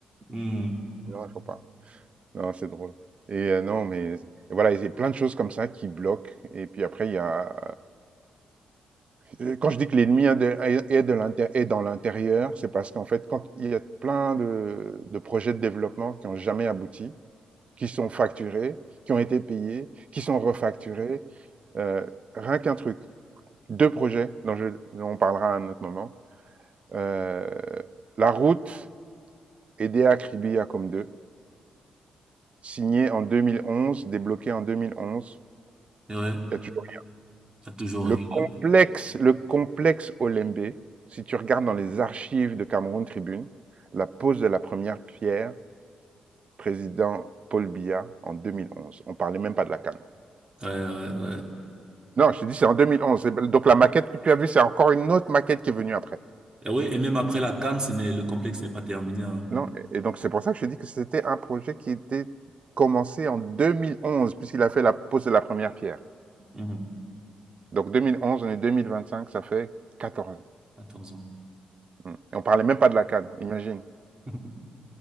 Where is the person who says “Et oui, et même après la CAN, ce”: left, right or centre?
Right